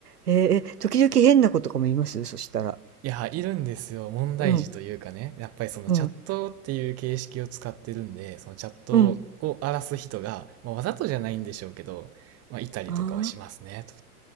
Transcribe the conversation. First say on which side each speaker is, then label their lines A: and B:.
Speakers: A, on the right; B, on the right.
A: えーえ、時々変な子とかもいますそしたら。
B: いや、いるんですよ。問題児というかね、
A: うん、
B: やっぱりそのチャットっていう形式を使ってるんで、
A: うん、
B: そのチャットを荒らす人が、
A: うん。
B: まあ、わざとじゃないんでしょうけど、まあ、いたりとかはしますね。
A: ああ、
B: と